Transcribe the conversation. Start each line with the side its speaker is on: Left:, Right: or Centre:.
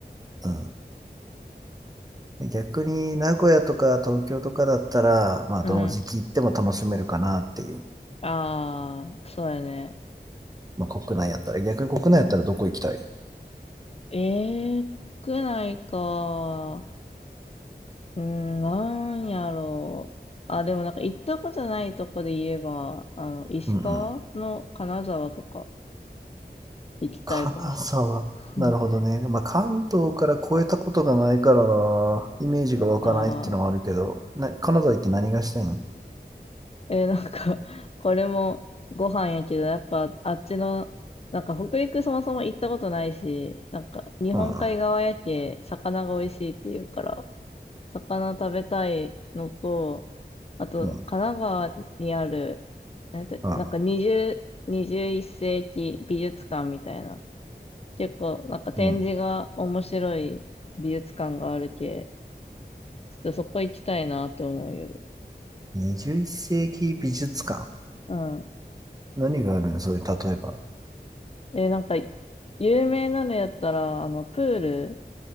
Right: うん。で逆に名古屋とか東京とかだったら、まあ、
Left: うん。
Right: どの時期行っても楽しめるかなっていう。
Left: ああ、そうやね。
Right: まあ、国内やったら、逆に国内やったらどこ行きたい
Left: うん、ええー、国内か。うん、なんやろう。あ、でもなんか行ったことないとこで言えば、あの、石川の金沢とか
Right: うんうん。
Left: 行きたいかもしれな
Right: 金沢。なるほどね。
Left: い。<laughs>
Right: まあ、関東から越えたことがないからなイメージが湧かないっていうのはあるけど、
Left: あ
Right: な、金沢行って何がしたいん
Left: えーなんか、これもご飯やけど、やっぱあっちの、なんか北陸そもそも行ったことないし、なんか日本海側やけ、
Right: ああ、
Left: 魚が美味しいっていうから、魚食べたいのと、あと、
Right: うん、
Left: 神奈川にある、なんだなんか20、
Right: ああ、
Left: 1世紀美術館みたいな、結構なんか展示が面白い美術館があるけ、
Right: うん。
Left: ちょっとそこ行きたいなって思う夜。
Right: 21世紀美術館。
Left: うん。
Right: 何があるのそういう、例えば。
Left: え、なんか、有名なのやったら、あの、プール